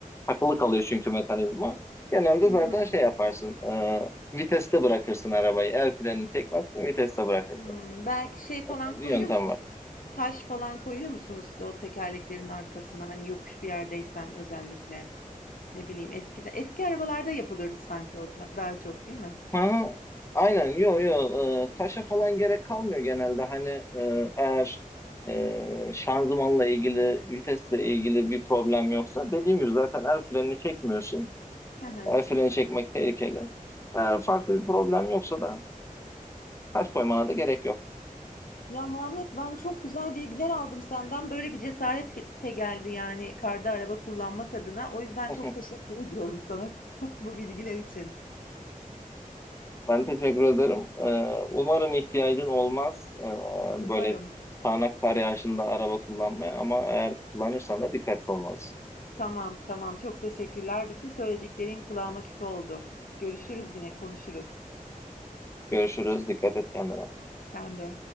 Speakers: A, on the left (about 20°); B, on the left (about 75°).
A: Takılı kalıyor çünkü mekanizma. Genelde
B: Hımm.
A: zaten şey yaparsın, e, viteste bırakırsın arabayı. El frenini çekmezsin, viteste bırakırsın.
B: Hımm. Belki şey
A: O
B: falan
A: tarz
B: koyuyor
A: bir yöntem
B: musunuz?
A: var.
B: Taş falan koyuyor musunuz o tekerleklerin arkasına? Hani yokuş bir yerdeysen özellikle. Ne bileyim eskide eski arabalarda yapılırdı sanki o da daha çok değil mi?
A: Aha, aynen, yo yo, e, taşa falan gerek kalmıyor genelde. Hani e, eğer e, şanzımanla ilgili, vitesle ilgili bir problem yoksa dediğim gibi zaten el frenini çekmiyorsun.
B: Hı hı.
A: El freni çekmek tehlikeli. Eğer farklı bir problem yoksa da Taş koymana da gerek yok.
B: Ya Muhammed ben çok güzel bilgiler aldım senden. Böyle bir cesaret ge- de geldi yani karda araba kullanmak adına. O yüzden
A: <laughs>
B: çok teşekkür ediyorum sana <laughs> bu bilgiler için.
A: Ben teşekkür ederim. Ee, umarım ihtiyacın olmaz ee,
B: Umarım.
A: böyle sağanak kar yağışında araba kullanmaya ama eğer kullanırsan da dikkatli olmalısın.
B: Tamam tamam çok teşekkürler. Bütün söylediklerin kulağıma küpe oldu. Görüşürüz yine konuşuruz.
A: Görüşürüz. Dikkat et kendine.
B: Sen de.